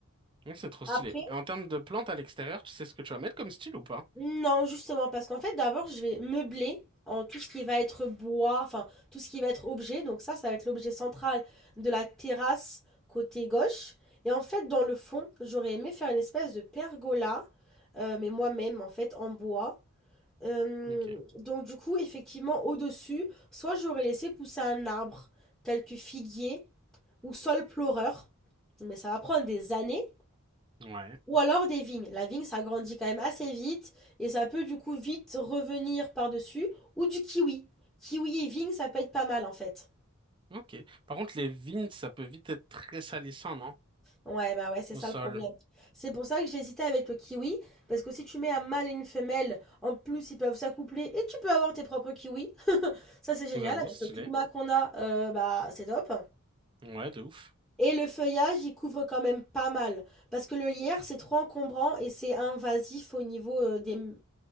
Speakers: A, on the right; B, in the centre.
A: Ouais, c'est trop stylé.
B: Après
A: Et en termes de plantes à l'extérieur, tu sais ce que tu vas mettre comme style ou pas?
B: non, justement, parce qu'en fait, d'abord, je vais meubler en tout ce qui va être bois, enfin, tout ce qui va être objet, donc ça, ça va être l'objet central de la terrasse côté gauche et en fait, dans le fond, j'aurais aimé faire une espèce de pergola, heu, mais moi-même, en fait, en bois Hem,
A: Ok.
B: donc du coup, effectivement, au-dessus, soit j'aurais laissé pousser un arbre, tel que figuier ou saule pleureur, mais ça va prendre des années,
A: Ouais.
B: ou alors des vignes. La vigne, ça grandit quand même assez vite et ça peut du coup vite revenir par-dessus, ou du kiwi. Kiwi et vigne, ça peut être pas mal en fait.
A: Ok. Par contre, les vignes, ça peut vite être très salissant, non?
B: Ouais, bah ouais, c'est
A: Au
B: ça
A: sol.
B: le problème. C'est pour ça que j'hésitais avec le kiwi, parce que si tu mets un mâle et une femelle, en plus ils peuvent s'accoupler et tu peux avoir tes propres kiwis. <laughs> Ça c'est génial,
A: J'avoue,
B: avec
A: stylé.
B: le climat qu'on a, euh, bah c'est top.
A: Ouais, de ouf.
B: Et le feuillage, il couvre quand même pas mal, parce que le lierre, c'est trop encombrant et c'est invasif au niveau euh, des...